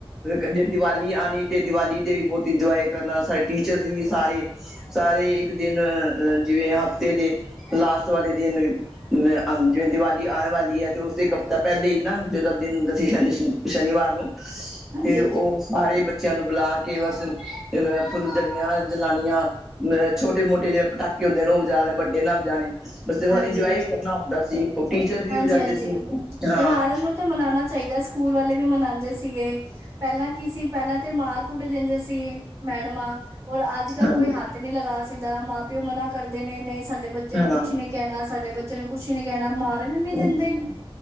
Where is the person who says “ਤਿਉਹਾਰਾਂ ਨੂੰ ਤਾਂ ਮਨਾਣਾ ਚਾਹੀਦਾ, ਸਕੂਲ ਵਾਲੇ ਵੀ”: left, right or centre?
Right